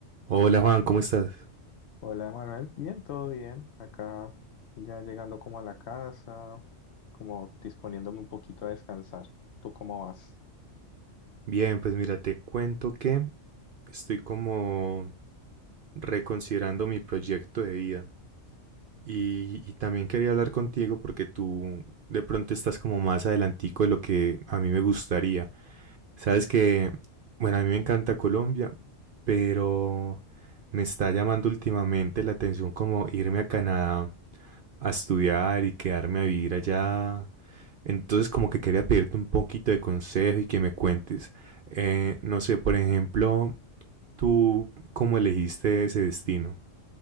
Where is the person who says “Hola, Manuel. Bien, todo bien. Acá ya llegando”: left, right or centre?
Left